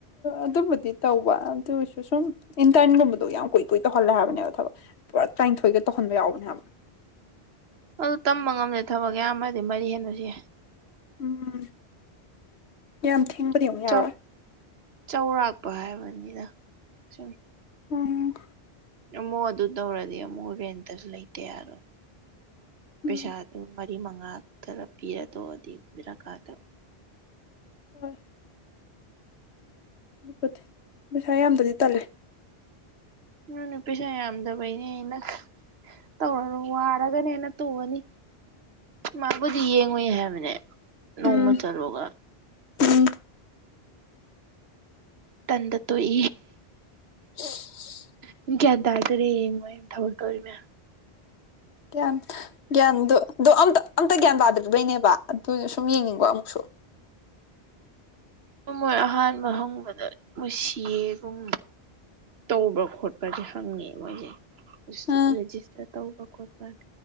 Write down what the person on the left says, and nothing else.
ꯑꯗꯨꯃ ꯇꯧꯕ ꯑꯗꯨ ꯑꯣꯏꯔꯁꯨ ꯁꯨꯝ ꯏꯟꯇꯔꯟꯒꯨꯝꯕꯗꯣ ꯌꯥꯝ ꯀꯨꯏ ꯀꯨꯏ ꯇꯧꯍꯜꯂꯦ ꯍꯥꯏꯕꯅꯦꯕ ꯊꯕꯛ ꯄꯨꯔꯥ ꯇꯔꯥꯅꯤꯊꯣꯏꯒ ꯇꯈꯟꯕ ꯌꯥꯎꯒꯅꯦ ꯍꯥꯏꯕ
ꯎꯝ ꯌꯥꯝ ꯊꯦꯡꯕꯗꯤ
ꯑꯃꯨꯛ ꯌꯥꯔ
ꯎꯝ
ꯎꯝ
ꯍ <unintelligible> ꯑꯗꯨꯗꯤ <inaudible> ꯄꯩꯁꯥ ꯌꯥꯝꯕꯗꯤ ꯇꯜꯂꯦ
ꯎꯝ
ꯎꯝ
<unintelligible>
ꯒ꯭ꯌꯥꯟ ꯒ꯭ꯌꯥꯟꯗ ꯑꯣ ꯑꯝꯇ ꯑꯝꯇ ꯒ꯭ꯌꯥꯟ ꯇꯥꯗ꯭ꯔꯤꯕꯩꯅꯦꯕ ꯑꯗꯨꯅ ꯁꯨꯝ ꯌꯦꯡꯅꯤꯡꯕꯣ ꯑꯃꯨꯛꯁꯨ
ꯎꯝ